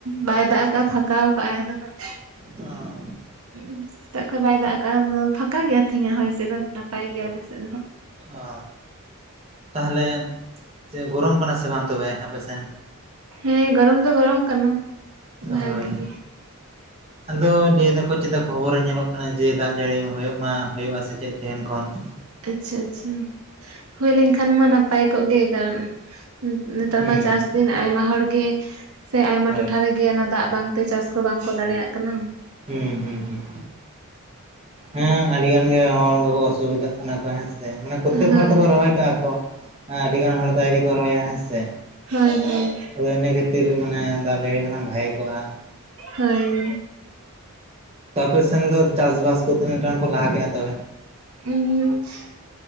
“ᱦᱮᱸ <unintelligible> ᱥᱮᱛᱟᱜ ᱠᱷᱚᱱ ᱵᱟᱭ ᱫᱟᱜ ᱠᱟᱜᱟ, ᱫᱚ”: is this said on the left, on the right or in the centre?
Right